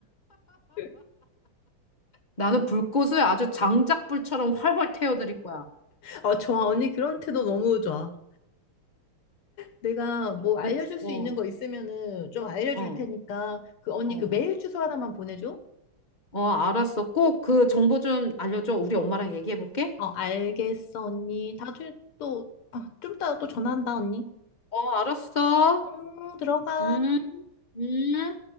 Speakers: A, on the left; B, on the left.
A: <laughs>
B: 나는 불꽃을 아주 장작불처럼 활활 태워드릴 거야.
A: 아, 좋아. 언니 그런 태도 너무 좋아. 내가 뭐 알려줄
B: 나-
A: 수
B: 어,
A: 있는 거 있으면은 좀 알려줄
B: 어,
A: 테니까 그 언니
B: 어.
A: 그 메일 주소 하나만 보내줘.
B: 어, 알았어. 꼭 그 정보 좀 알려줘. 우리 엄마랑 얘기해 볼게.
A: 어, 알겠어, 언니. 다들 또, 아, 좀 이따 또 전화한다, 언니.
B: 어, 알았어.
A: 응, 들어가.
B: 음, 음.